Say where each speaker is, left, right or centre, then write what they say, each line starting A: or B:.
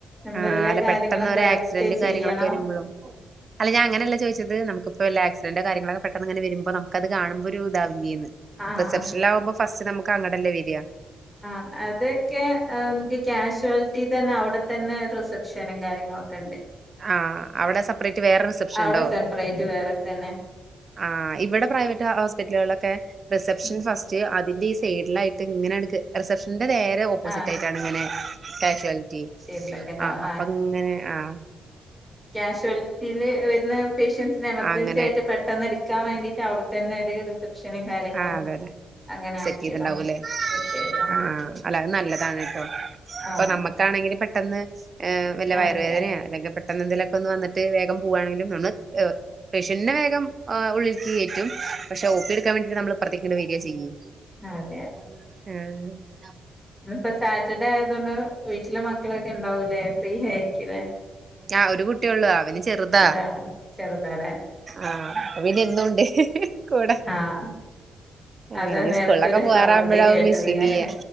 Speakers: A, in the centre; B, on the right (about 45°).
A: നമ്മളെല്ലാ
B: ആഹ് അല്ല
A: കാര്യങ്ങളും
B: പെട്ടെന്ന് ഒരു
A: കറക്റ്റ്
B: ആക്സിഡന്റും
A: ചെയ്യണം
B: കാര്യങ്ങളൊക്കെ വരുമ്പോഴോ അല്ല ഞാൻ അങ്ങനെയല്ല ചോദിച്ചത് നമുക്കിപ്പോ വല്ല ആക്സിഡൻ്റോ കാര്യങ്ങളോക്കെ പെട്ടെന്ന്ങ്ങനെ വരുമ്പോ നമുക്കത് കാണുമ്പൊ ഒരു ഇതാവില്ലേന്ന്
A: ആഹ്
B: റിസപ്ഷനിലാവുമ്പോ ഫസ്റ്റ് നമുക്ക് അങ്ങടെല്ലേ വര്യ
A: ആഹ് അതൊക്കെ നമുക്ക് ക്യാഷ്വാലിറ്റി തന്നെ അവിടെത്തന്നെ റിസപ്ഷനും കാര്യങ്ങളൊക്കെ ഉണ്ട്
B: ആഹ് അവിടെ സെപ്പറേറ്റ് വേറെ റിസപ്ഷൻ
A: അവിടെ
B: ഉണ്ടോ
A: സെപ്പറേറ്റ് വേറെ തന്നെ
B: ആഹ് ഇവിടെ പ്രൈവറ്റ് ഹോസ്പിറ്റലുകളിലൊക്കെ റിസപ്ഷൻ
A: ഉം
B: ഫസ്റ്റ് അതിന്റെ ഈ സൈഡിലായി ട്ട് ഇങ്ങനടുക്ക് റിസപ്ഷന്റെ നേരെ ഓപ്പോസിറ്റായിട്ടാണ്
A: ആഹ്
B: ഇങ്ങനെ കാഷ്വാലിറ്റി
A: എന്തൊക്കെ ഉണ്ടാവും
B: ആഹ് അപ്പൊ ഇങ്ങനെ ആഹ്
A: കാഷ്വാൽറ്റീല് വരുന്ന പേഷ്യൻസിന് എമർജൻസി
B: അങ്ങനെ
A: ആയിട്ട് പെട്ടെന്ന് എടു- ക്കാൻ വേണ്ടീട്ട് അവിടെ തന്നെ ഒരു റിസപ് റിസെപ്ഷനും കാര്യങ്ങളും
B: ആ അതെ അതെ
A: അങ്ങനാക്കിയതാ
B: സെറ്റ് ചെയ്തിണ്ടാവൂല്ലേ
A: സെറ്റ് ചെയ്തതാ
B: ആഹ് അല്ല അത് നല്ലതാണ് ട്ടോ
A: ആഹ്
B: ഇപ്പൊ നമ്മുക്കാണെങ്കിലും പെട്ടെന്ന് ഏഹ് വല്ല വയറുവേദനയോ
A: അതെ
B: അല്ലെങ്കി പെട്ടന്ന് എന്തെലുമൊക്കെയൊന്ന് വന്നട്ട് വേഗം പോവാണെങ്കില് നമ്മള് പേഷ്യൻ്റിനെ വേഗം ആ ഉള്ളിൽക്ക് കയറ്റും പക്ഷെ ഓ പി എടുക്കാൻ വേണ്ടിട്ട് നമ്മള് ഇപ്പറത്തേക്ക് ഇങ്ങട് വരികാ ചെയ്യാ
A: ആഹ് അതേയോ
B: ഉം
A: ഇന്നിപ്പ സാറ്റർഡേ ആയതോണ്ട് വീട്ടില് മക്കളൊക്കെ ഇണ്ടാവൂലേ ഫ്രീ ആയിരിക്കൂല്ലേ
B: ആഹ് ഒരു കുട്ടിയേള്ളൂ അവന് ചെറുതാ
A: ഒരാളെ ചെറുതാലേ
B: ആഹ് അതുപിന്നെ എന്നൂണ്ട് കൂടെ
A: ആഹ്
B: അങ്ങനങ്ങീ
A: അതാ നേരത്തെ
B: സ്കൂളിലൊക്കെ
A: ഒരു
B: പോവാറാവുമ്പഴാവും
A: സൗണ്ട് കേട്ടതില്ലേ
B: മിസ്സിങ്ങെയ്യ